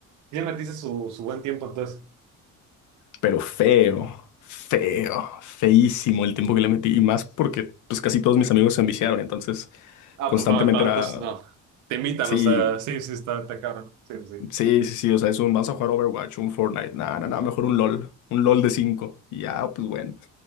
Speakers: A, on the right; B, on the left.
A: Y ya metiste su, su buen tiempo, entonces.
B: Pero feo, feo, feísimo el tiempo que le metí. Y más porque pues casi todos mis amigos se enviciaron, entonces
A: Ah,
B: constantemente
A: pues no, tantos,
B: era,
A: no. Te invitan,
B: sí,
A: o sea, sí, sí, está, está cabrón. Sí, sí. sí.
B: sí, sí, sí, o sea, es un, vamos a jugar Overwatch, un Fortnite, nada, nada, mejor un LOL, un LOL de cinco Y ya, pues bueno,